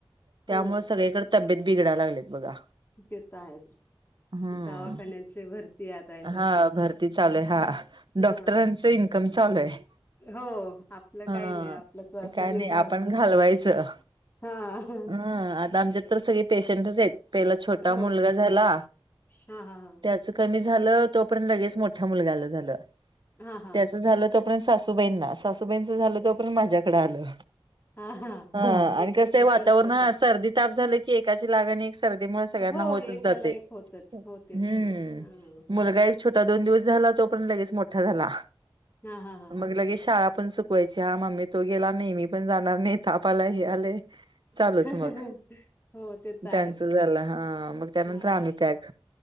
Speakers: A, on the left; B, on the right.
A: हो
B: त्यामुळे सगळीकडे तब्येत बिघडायला लागलेत बघा.
A: तेेत आहेच.
B: हम्म
A: दवाखान्याची भरती आता आहे सध्या
B: हा भरती चालू आहे हा
A: हा
B: डॉक्टरांच इनकम चालू आहे.
A: हो आपलं
B: हा
A: काही नाही आपल्याच असं
B: काय
A: हे
B: नाही
A: राहत.
B: आपण घालवायचं
A: हा
B: ह आता आमच्यात तर सगळे पेशंटच आहेत. पहिला छोटा
A: हो
B: मुलगा झाला.
A: हां, हां, हां.
B: त्याच कमी झालं तोपर्यंत लगेच मोठ्या मुलगाला झालं.
A: हां, हां.
B: त्याचं झालं तोपर्यंत सासूबाईंना. सासूबाईंचं झालं तोपर्यंत माझ्याकडें आलं.
A: हां, हां.
B: हा आणि
A: एक-एक
B: कसं आहे
A: चालूच
B: वातावरण
A: होतं.
B: ह सर्दी ताप झालं की एकाची लागण सर्दी मुळे सगळ्यांना
A: हो,
B: होतच
A: एकाला
B: जाते.
A: एक होतंच. हो, तेच
B: हम्म
A: ते. हां.
B: मुलगा छोटा दोन दिवस झाला. तो पर्यंत लगेच मोठा झाला.
A: हां, हां, हां,
B: मग लगेच शाळा पण चु कवायची. हा मम्मी तो गेला नाही. मी पण जाणार नाही. ताप आलाय हे आलय. चालूच
A: हां.
B: मग.
A: हो, ते तर आहेच.
B: त्यांच झाल हा मग त्यानंतर
A: हां.
B: आम्ही पॅक